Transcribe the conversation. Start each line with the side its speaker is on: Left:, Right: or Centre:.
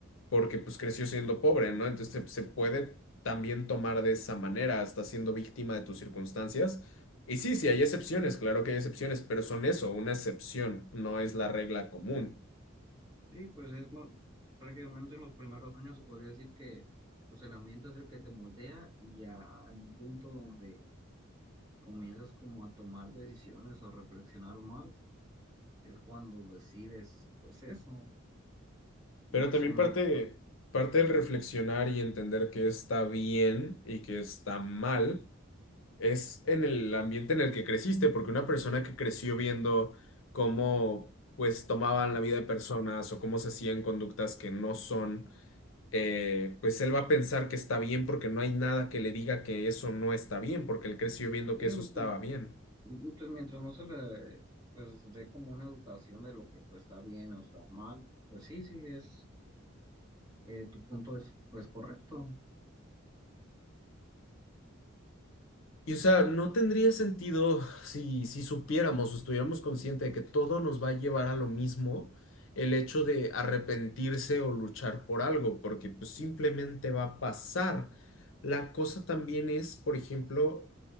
Left: porque pues creció siendo pobre, ¿no? Entonces se, se puede también tomar de esa manera, hasta siendo víctima de tus circunstancias. Y sí, sí, hay excepciones, claro que hay excepciones, pero son eso, una excepción, no es la regla común.
Right: Sí, pues es mo- prácticamente en los primeros años se podría decir que pues el ambiente es el que te moldea y ya en un punto donde comienzas como a tomar decisiones o a reflexionar más, es cuando decides, pues eso, más
Left: Pero también
Right: o menos.
Left: parte,
Right: pues,
Left: parte del reflexionar y entender que está bien y que está mal es en el ambiente en el que creciste, porque una persona que creció viendo cómo pues tomaban la vida de personas o cómo se hacían conductas que no son eh, pues él va a pensar que está bien porque no hay nada que le diga que eso no está bien, porque él creció viendo
Right: sí,
Left: que eso estaba
Right: pues,
Left: bien.
Right: pues mientras no se le pues dé como una educación de lo que pues está bien o está mal, pues sí, sí, es, eh, tu punto es pues correcto.
Left: Y o sea, no tendría sentido si, si supiéramos o estuviéramos conscientes de que todo nos va a llevar a lo mismo, el hecho de arrepentirse o luchar por algo, porque pues simplemente va a pasar. La cosa también es, por ejemplo,